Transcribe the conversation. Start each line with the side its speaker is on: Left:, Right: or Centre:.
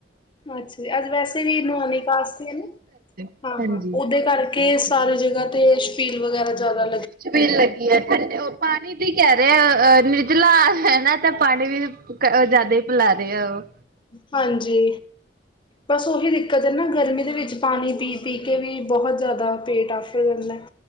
Left: ਅੱਛਾ ਜ ਅੱਜ ਵੈਸੇ ਵੀ ਨਾਨ ਕਾਸ ਨੇ
Right: ਹਾਂਜੀ
Left: ਹਾਂ, ਹਾਂ ਓਦੇ ਘਰ। ਕੇ ਸਾਰੇ ਜਗ੍ਹਾ ਤੇ ਸ਼ਫੀਲ ਵਗੈਰਾ ਜ਼ਿਆਦਾ,
Right: ਛਬੀਲ' ਲੱਗੀ ਹੈ ਠੰਡੇ ਪਾਣੀ ਦੀ ਕਹਿ ਰਹੇ ਅ, ਨਿਰਜਲਾ ਹੈ ਨਾ ਤੇ ਪਾਣੀ ਵੀ। ਉਹ ਜ਼ਿਆਦਾ ਹੀ ਭੁਲਾ ਰਹੇ ਆ ਉਹ।
Left: ਹਾਂਜੀ। ਬਸ ਉਹੀ ਦਿੱਕਤ ਹੈ ਨਾ ਗਰਮੀ ਦੇ ਵਿੱਚ ਪਾਣੀ ਪੀ, ਪੀ ਕੇ ਵੀ ਬਹੁਤ ਜ਼ਿਆਦਾ ਪੇਟ ਆਫਰ ਜਾਂਦਾ।